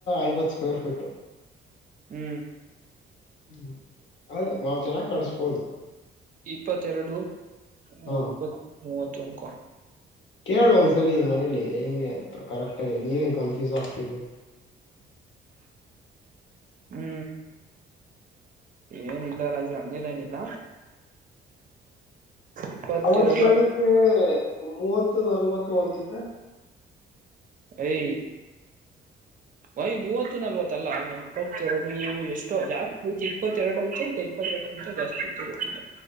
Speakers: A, on the left; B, on the right.
A: ಐವತ್ ಸ್ಕ್ವೇರ್ ಫೀಟ್.
B: ಹು
A: ಹು ಅಲ್ಲೆ ನಾವು ಚೆನ್ನಾಗಿ ಕಡಸ್ಬೋದು.
B: ಇಪ್ಪತ್ತೆರಡು ಹ
A: ಹಾ
B: ಇಪ್ಪತ್ ಮೂವತ್ತು ಅನ್ಕೋ.
A: ಕೇಳು ಒಂದ್ಸಲಿ ಮನೇಲಿ ಹೆಂಗೆ ಅಂತ ಕರೆಕ್ಟ್ ಆಗ ನೀನ್ ಕನ್ಫ್ಯೂಸ್ ಆಗ್ತಿದಯಾ.
B: ಹು ಏನಿಲ್ಲ ರಾಜು ಹಂಗೆನೆಲ್ಲಾ ಏನಿಲ್ಲ. ಇಪ್ಪತ್ತೆರಡು
A: ಅವತ್ ಹೇಳಿದೆ ಮೂವತ್ತು ನಲ್ವತ್ತು ತೊಗೊಂತ್ತಿದ್ದೆ.
B: ಐ ಭೈ ಮೂತ್ತು ಇತ್ತು ನಲ್ವತ್ತಲ್ಲ ಇಪ್ಪತ್ತೆರಡು ಎಷ್ಟೋ ಜಾಸ್ತಿ ರಐತಿ ಇಪ್ಪತ್ತೆರಡು ಐತ ಇ ಇಪ್ಪತ್ತೆರಡುಕ್ಕಿಂತ ಜಾಸ್ತಿ. ತಗೋಂತಿದ್ದೆ.